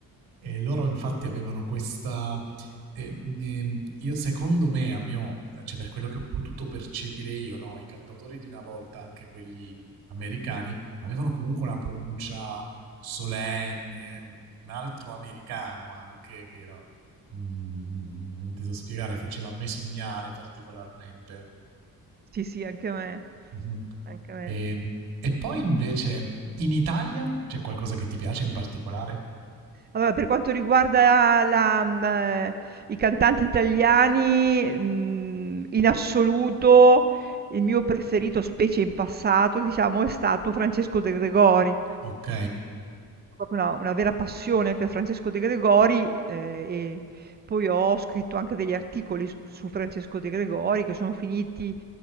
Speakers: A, on the right (about 80°); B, on the right (about 30°).
A: E loro infatti avevano questa... eh, ehm, io secondo me, a mio, cioè per quello che ho potuto percepire io, no, i cantautori di una volta, anche quelli americani, avevano comunque una pronuncia solenne, un altro americano anche che era... mm, non ti so spiegare, faceva a me sognare particolarmente.
B: Sì, sì, anche a me,
A: Mhm.
B: anche a me.
A: E, e poi invece in Italia c'è qualcosa che ti piace in particolare?
B: Allora, per quanto riguarda la mhmm, ehm, i cantanti italiani, mhmm, in assoluto il mio preferito, specie in passato, diciamo, è stato Francesco De Gregori.
A: Ok.
B: Proprio una una vera passione per Francesco De Gregori, ehm, e poi ho scritto anche degli articoli s su Francesco De Gregori che sono finiti